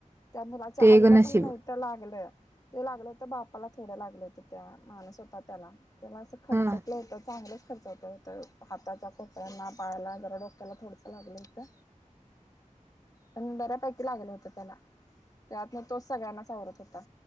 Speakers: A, on the left; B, on the right.
A: त्या मुलाच्या
B: ते
A: आईला
B: एक नशीब
A: पण नव्हतं लागलं ते लागलं होतं बापाला थोडं लागलं होतं त्या माणस होता त्याला तेव्हा असं खर्च
B: हा
A: केलं होत चांगलंच खर्च होत होत हाताचा ख त्यांना पाहायला जरा डोक्याला थोडसं लागलं होतं पण बऱ्यापैकी लागलं होत त्याला त्यातन तोच सगळ्यांनाचवरत होता